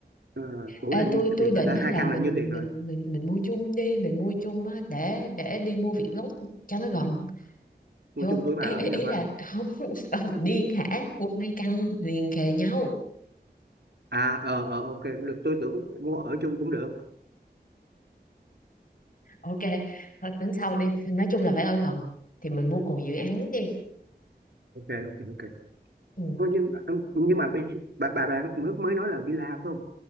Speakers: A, on the right; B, on the left.
A: uh, ủa
B: Ê,
A: là nhiêu
B: tôi tôi
A: tiền
B: định
A: người ta
B: á
A: hai
B: là
A: căn
B: mình
A: là nhiêu tiền rồi
B: mình mình mình mua chung đi mình mua chung á để để đi mua việc gốc cho nó gần
A: mua
B: hiểu không
A: chung tuổi bà
B: ý
A: ở
B: ý,
A: nhau
B: ý
A: ha
B: là không <laughs> ông điên hả mua hai căn liền kề nhau
A: à ờ ờ ok cũng được tôi tưởng mua ở chung cũng được
B: ok thôi tính sau đi Thì nói chung là phải ở gần thì mình mua cùng dự án đi
A: ok ok ok
B: ừ,
A: thôi nhưng nhưng mà bây- bà bà bà mới mới nói là villa phải không